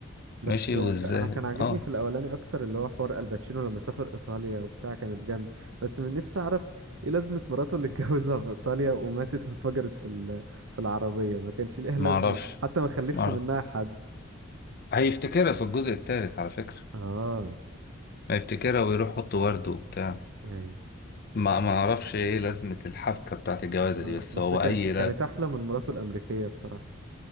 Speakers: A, on the right; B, on the left.
A: بس
B: ماشي
A: آه،
B: وازاي
A: انا كان عاجبني
B: اه
A: في الاولاني اكتر اللي هو حوار الباتشينو لما سافر ايطاليا وبتاع كانت جامده بس من نفسي اعرف ايه لازمه مراته اللي <laughs> اتجوزها في ايطاليا وماتت انفجرت في ال- في العربيه ما كانش ليها
B: معرفش
A: لازمه حتى ما خلفش
B: معرف
A: منها حد
B: هيفتكرها في الجزء التالت على فكرة
A: اه
B: هيفتكرها ويروح يحط ورد وبتاع
A: ايوه
B: ما ما اعرفش ايه لازمة الحبكة بتاعت الجوازة
A: آه.
B: دي بس
A: بس
B: هو
A: كان
B: اي لا
A: كانت احلى من مراته الامريكيه بصراحه